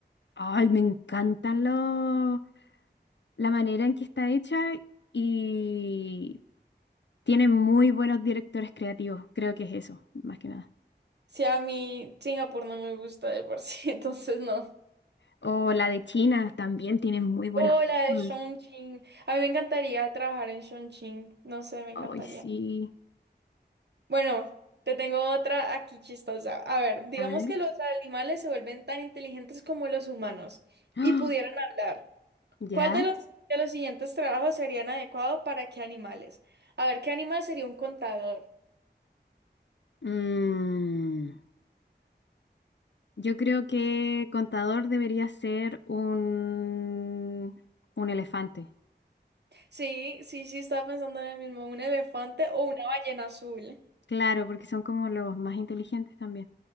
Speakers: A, on the left (about 80°); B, on the right (about 70°).
A: Ay, me encantan los, la manera en que está hecha y tiene muy buenos directores creativos. Creo que es eso, más que nada.
B: Si a mí Singapur no me gusta de por sí, <laughs> entonces no.
A: O la de China también tiene muy buenos.
B: Hola
A: Mm.
B: de Chongqing. A mí me encantaría trabajar en Chongqing. No sé, me encantaría.
A: Ay, sí.
B: Bueno, te tengo otra aquí chistosa. A ver, digamos
A: A ver.
B: que los animales se vuelven tan inteligentes como los humanos
A: ¡Ah!
B: y pudieran hablar. ¿Cuál
A: Ya.
B: de los, de los siguientes trabajos serían adecuado para qué animales? A ver, ¿qué animal sería un contador?
A: Mm, yo creo que Contador debería ser un, un elefante.
B: Sí, sí, sí, estaba pensando en el mismo, un elefante o una ballena azul.
A: Claro, porque son como los más inteligentes también.